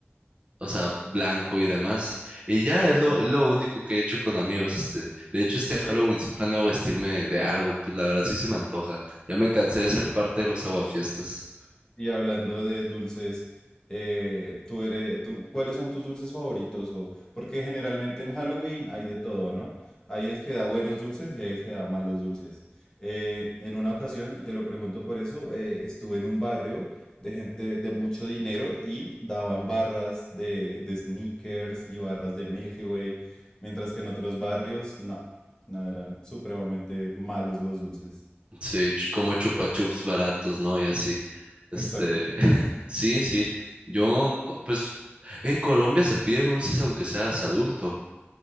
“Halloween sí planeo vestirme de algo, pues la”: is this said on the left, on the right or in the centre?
Right